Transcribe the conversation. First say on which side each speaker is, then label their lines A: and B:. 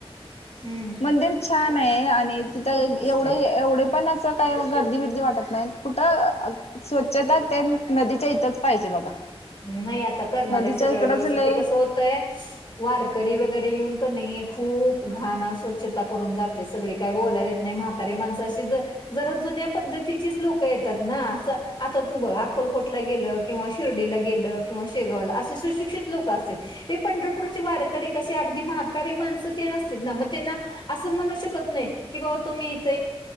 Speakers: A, on the left; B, on the left.
A: हम्म
B: मंदिर छान आहे आणि तिथं
A: खूप मस्त
B: एवढं
A: आहे.
B: एवढे पण असं काही गर्दी फिर्दी वाटत नाही कुठं स्वच्छता त्या नदीच्या इथंच पाहिजे बघा
A: नाही आता करणार
B: नदीच्या
A: आहे सगळं
B: इकडच
A: व्यवस्थित
B: लय
A: कसं होतय वारकरी वगैरे येऊन करण खूप घण स्वछता करून जाते सगळी काही बोलायला येत नाही म्हातारारी माणसाशी ज जुन्या पद्धतीचीच लोक येतात ना अस आता तू बघा अक्कलकोटला गेलं किंवा शिर्डीला गेलं किंवा शेगावला असे सुशिक्षित लोक अस पंढरपूरचे वारकरी कग माण ते नसत ना मग त्यांना असं म्हणू शकत नाही की बा तुम्ही इथ